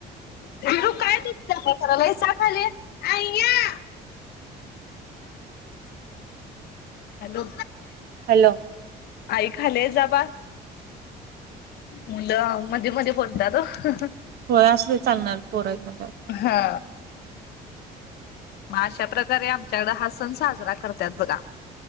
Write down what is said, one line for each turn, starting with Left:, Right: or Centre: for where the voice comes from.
Left: <unintelligible> हॅलो,
Right: हॅलो.
Left: आई खाली आहे. जा बा मुलं मध्ये मध्ये बोलतात ओ.
Right: होय. असू दे, चालणार पोरय म्हटल्यावर.
Left: हा. मग अशा प्रकारे आमच्याकड हा सण साजरा करतात बघा.